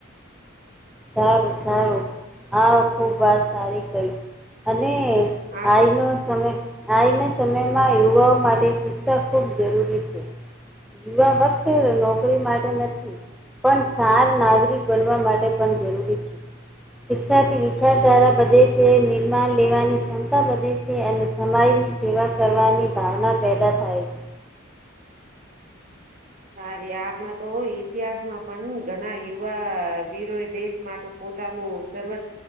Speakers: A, in the centre; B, on the right.
A: સારું સારું આખુબ વાત સારી કઈ અને
B: આપ
A: આઈનો સમય આઈને સમયમાં યુવાઓ માટે શિક્ષણ ખૂબ જરૂરી છે યુવા વખતે નોકરી માટે નથી પણ સાર નાગરિક બનવા માટે પણ જરૂરી છે શિક્ષાથી વિચારધારા વધે છે નિર્માણ લેવાની ક્ષમતા વધે છે છે અને સમાજની સેવા કરવાની ભાવના પેદા થાય છે
B: સારી આપણા તો ઇતિહાસમાં પણ ઘણા યુવા વીરો એ દેશમાં પોતાનું સર્વ